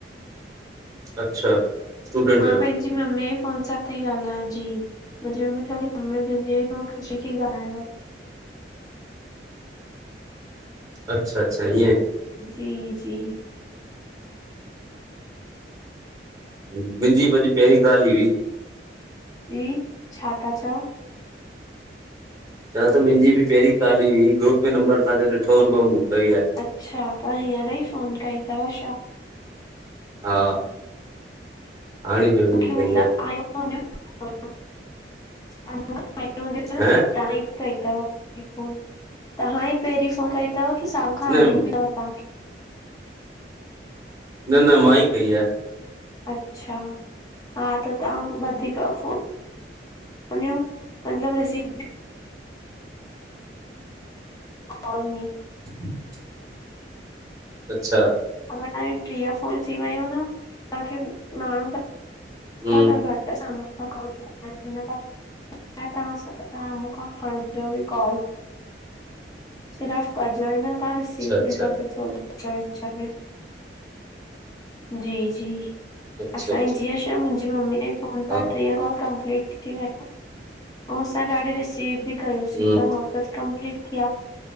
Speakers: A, on the right; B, on the left.
A: अच्छा स्टूडेंट
B: मां
A: आहियो
B: पंहिंजी मम्मीअ जे फोन सां ती ॻाल्हायां जी। मुंजी मम्मी थोड़ी कम बिज़ी हुई त मुखे च्यंईं की ॻाल्हाए वठि
A: अच्छा -अच्छा ईंयें।
B: जी -जी
A: मुंहिंजी भी अॼु पहिरीं काल ई हुई।
B: ई, छाता चओ?
A: चवां तो मुंहिंजी बि पहिरीं काल ई हुई, ग्रुप में नंबर तव्हांजो ॾिठो, हुन मां मूं कई आहे।
B: अच्छा त हींअर ई फोन कई तव छा?
A: हा हाणे जॉइनिंग
B: मतब
A: कई आहे
B: <unintelligible>
A: हं?
B: तहांई कई तव पहिरीं फोन, तव्हां ई पहिरी फोन कई तव कि कि साम्हूं खां
A: न
B: आयूं बि तव तव्हांखे?
A: न न मां ई कई आहे।
B: अच्छा, हा त तव्हां वधीक फोन फोन्यूं मतलब रिसीव ृॉ <unintelligible>
A: <inaudible> अच्छा
B: अगरि तव्हां जी टीह फोन थी वयूं न तव्हांखे माण्हुन जा
A: हम्म
B: ॾाढा घटि साम्हूं ख <unintelligible> तव्हां मुखा खणिजो बि कॉल। सिरफ कजोई न, तहां रिसीव
A: अच्छा अच्छा
B: बि कजो थोड़ी विच -विच में, जी -जी
A: अच्छा
B: असांजी
A: अच्छा
B: जीअं मुंहिंजी मम्मीअ जी फ़ोन
A: हा
B: तां ट्रीह कॉल कंप्लीट थी थी वयूं अंउं असां ॾाढी रिसीव बि कयुंसीं
A: हम्म
B: त हो त कंपलीट थीया